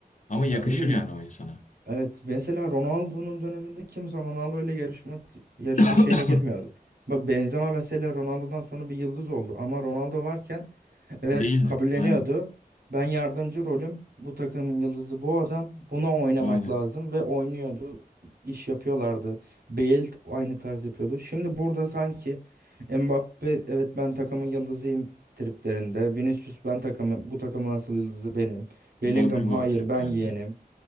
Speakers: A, on the left; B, on the right.
A: Ama
B: ya
A: yakışır
B: öyle bir
A: yani o insana.
B: Evet mesela Ronaldo'nun döneminde kimse Ronaldo ile yarışmak yarışma
A: <coughs>
B: şeyine girmiyordu. Bak Benzema mesela Ronaldo'dan sonra bir yıldız oldu ama Ronaldo varken evet
A: Değildi.
B: kabulleniyordu.
A: Aynen.
B: Ben yardımcı rolüm. Bu takımın yıldızı bu adam. Buna oynamak
A: Aynen.
B: lazım ve oynuyordu. İş yapıyorlardı. Bale aynı tarz yapıyordu. Şimdi burada sanki Mbappe evet ben takımın yıldızıyım triplerinde. Vinicius ben takımı bu takımın asıl yıldızı benim. Bellingham
A: Rodrigo
B: hayır
A: triplerde.
B: ben yeğenim.